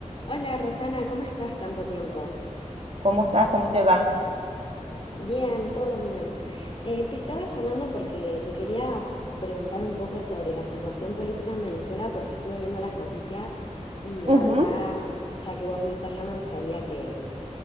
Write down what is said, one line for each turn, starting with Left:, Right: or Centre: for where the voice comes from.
Left: Hola Rosana, ¿cómo estás? Tanto tiempo.
Right: ¿Cómo estás? ¿Cómo te va?
Left: Bien, todo bien. Eh, te estaba llamando porque te quería preguntar un poco sobre la situación política en Venezuela porque estuve viendo las noticias y la
Right: Ujú,
Left: verdad, ya que vos vivís allá, me gustaría que,